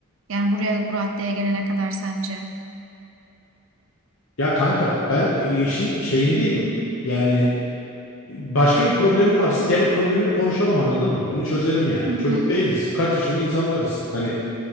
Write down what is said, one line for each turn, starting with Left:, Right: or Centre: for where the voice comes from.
Right: yani buraya bu raddeye gelene kadar sence?
Left: Ya kanka ben işin şeyindeyim. Yani başka bir problemin varsa gel o problemini konuşalım anladın mı? Bunu çözelim yani.
Right: Hı hı.
Left: Çocuk değiliz. Kaç yaşında insanlarız. Hani